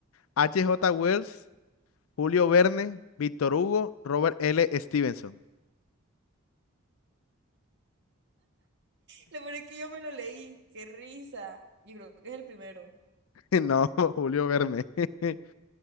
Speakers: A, on the left (about 75°); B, on the right (about 55°).
A: H. J. Wells, Julio Verne, Víctor Hugo, Robert L. Stevenson.
B: Lo peor es que yo me lo leí. Qué risa. Yo creo que es el primero.
A: <laughs> No, Julio Verne, <laughs>